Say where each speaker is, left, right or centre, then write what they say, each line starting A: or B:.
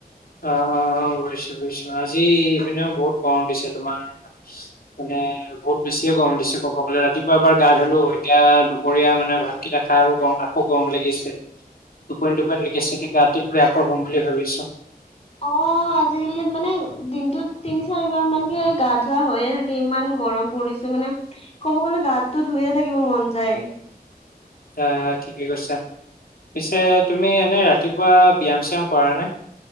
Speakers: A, on the left; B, on the left.
A: অ অ বশ বু আজি ইপিনেও বহুত কম দিছে তোমাৰ মানে বহুত বেছিয়ে গৰম দিছো ক'ব গলে ৰাতিপুৱা এবাৰ গা ধলো এতিয়া দুপৰীয়া মানে ভাতকেইটা খাই আৰু গৰম আকৌ গৰম লাগিছে টোপনিন টোপন লকি চিট গাতিত থই আকৌ হম বুলি ভাবিছো
B: অ আজিকালি মানে দিনটোত তিনি চাৰিবাৰ মানকে গা ধোৱা হৈয়ে থাকে ইমান গৰম পৰিছে মানে ক'ব গ'লে গাততো ধুইয়ে থাকিব মন যায়
A: আচ্ছা ঠিকে কৈছা পিছে তুমি এনেই ৰাতিপুৱা ব্যায়াম চায়াম কৰা নাই